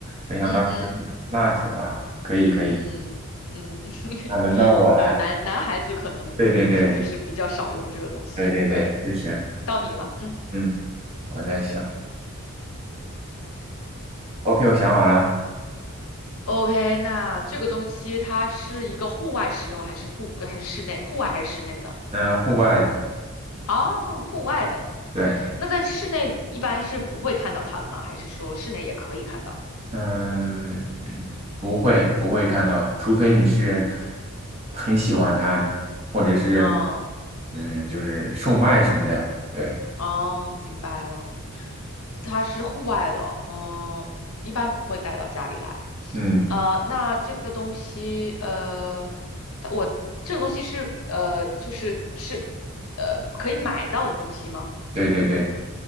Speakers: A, on the right (about 30°); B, on the left (about 80°).
A: 没想到是蜡烛啊！
B: 嗯嗯
A: 可以可以，
B: 嗯嗯，<laughs>
A: 那轮到我来。
B: 呃，男男孩子可能嗯就就是比较少用这个东西。
A: 对对对对对对，
B: 对，
A: 就是，
B: 到你了，嗯
A: 嗯，我在想 o k 我想好了，
B: ，OK，那这个东西它是一个户外使用还是户呃还是室内？户外还是室内的？
A: 那户外的，
B: 哦，户外的。
A: 对，
B: 那在室内一般是不会看到它的吗？还是说室内也可以看到？
A: 嗯，不会不会看到，除非你是很喜欢它，或者是
B: 哦
A: 嗯，就是售卖什么的。对，
B: 哦，明白了，它是户外的，嗯，一般不会带到家里来。
A: 嗯，
B: 呃，那这个东西，呃，它我这个东西是呃，就是是呃，可以买到的东西吗？
A: 对对对，